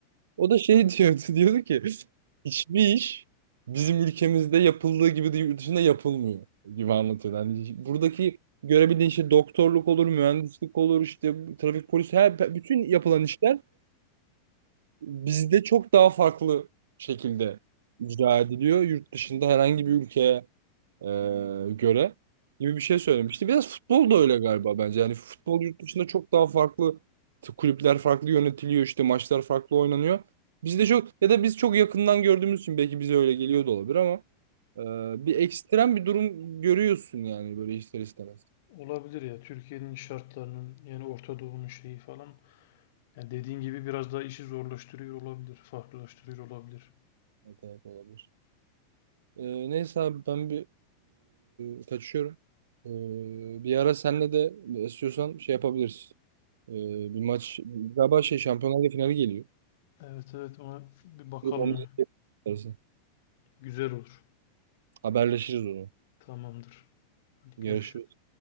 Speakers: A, on the right (about 60°); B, on the left (about 50°).
A: O da şey diyordu, <laughs> diyordu ki hiçbir iş bizim ülkemizde yapıldığı gibi de yurt dışında yapılmıyor gibi anlatıyordu. Hani buradaki görebildiğin şey doktorluk olur, mühendislik olur, işte trafik polisi her bütün yapılan işler bizde çok daha farklı şekilde icra ediliyor. Yurt dışında herhangi bir ülkeye e, göre gibi bir şey söylemişti. Biraz futbol da öyle galiba bence. Yani futbol yurt dışında çok daha farklı t- kulüpler farklı yönetiliyor işte maçlar farklı oynanıyor. Bizde çok ya da biz çok yakından gördüğümüz için belki bize öyle geliyor da olabilir ama e, bir ekstrem bir durum görüyorsun yani böyle ister istemez.
B: Olabilir ya Türkiye'nin şartlarının yani Orta Doğu'nun şeyi falan. Yani dediğin gibi biraz daha işi zorlaştırıyor olabilir, farklılaştırıyor olabilir.
A: Evet, evet, olabilir. E, neyse abi ben bir e, kaçıyorum. E, bir ara senle de istiyorsan şey yapabiliriz. E, bir maç galiba şey Şampiyonlar Ligi finali geliyor.
B: Evet evet ona bir bakalım.
A: Grup omuz istersen.
B: Güzel olur.
A: Haberleşiriz onu.
B: Tamamdır. Hadi
A: Görüşürüz.
B: görüşürüz.